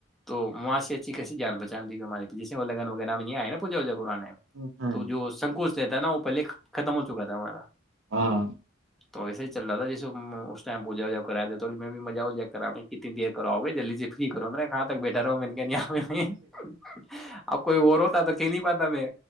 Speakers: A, in the centre; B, on the right (about 85°).
A: تو وہاں سے اچھی کییسی جان پہچتی تی ہم جیے وہ لگ ویرہ یہ آئے ناوجا وجا کران ہے
B: ہوں ہوں
A: تو جو سنکوچ تا ہے ن وہ پہے ختم ہوتا چکا تھا ہمارا
B: ہاں
A: تو ایسے ہی چل رہا تھا جسے اس ٹم پوجا وجا کراے تھڑ میں بھی مزہا جا کرا کنی دیراؤے جلدی سے فری کرو م میںیرااں تک بیٹا ہوں میں نےاں <inaudible> اب کوئی اور ہوتا تو کہل نہیں پاتا میں